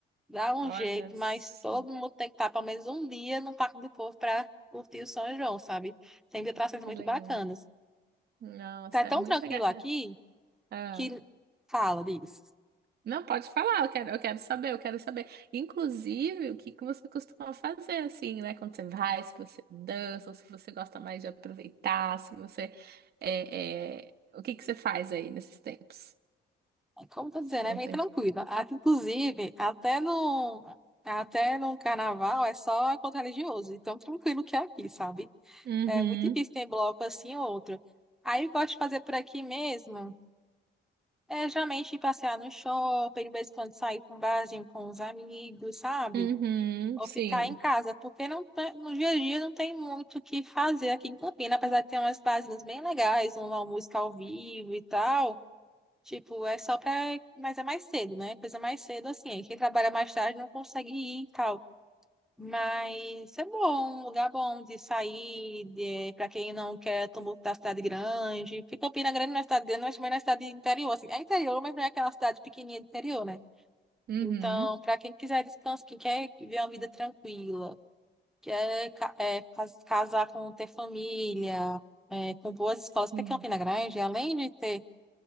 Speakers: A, in the centre; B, on the right.
A: Dá um
B: Olha
A: jeito, mas
B: só,
A: todo mundo tem que estar pelo menos um dia no Parque do Povo para curtir o São João, sabe? Tem atrações
B: que
A: muito
B: legal.
A: bacanas.
B: Nossa,
A: Tá tão
B: é muito
A: tranquilo
B: legal.
A: aqui
B: Ah, ah.
A: que fala disso.
B: não, pode falar, eu quero, eu quero saber, eu quero saber. Inclusive, o que que você costuma fazer assim, né? Quando você vai, se você dança, ou se você gosta mais de aproveitar, se você. É, é, O que que você faz aí nesses tempos?
A: É Como eu tô dizendo,
B: Conta
A: é meio tranquilo.
B: aí.
A: Ah, Inclusive, até no, até no carnaval é só encontro religioso. Então, tranquilo que é aqui, sabe?
B: Uhum,
A: É muito difícil ter bloco assim ou outro. Aí, eu gosto de fazer por aqui mesmo. É geralmente ir passear no shopping, de vez em quando sair para um barzinho com os amigos, sabe?
B: uhum,
A: ou
B: sim.
A: ficar em casa, porque não, tem- no dia a dia não tem muito o que fazer aqui em Campina apesar de ter umas barzinhas bem legais, uma música ao vivo e tal. Tipo, é só pra. Mas é mais cedo, né? Coisa mais cedo, assim. Quem trabalha mais tarde não consegue ir e tal. Mas é bom, um lugar bom de sair, de... pra quem não quer tumulto da cidade grande. Porque Campina Grande não é cidade grande, mas também não é cidade interior, assim. É interior, mas não é aquela cidade pequenininha de interior, né?
B: Uhum,
A: Então, para quem quiser descanso, quem quer ver uma vida tranquila que é, ca- é cas- casar com ter família, é, com boas escolas,
B: sim.
A: porque Campina Grande, além de ter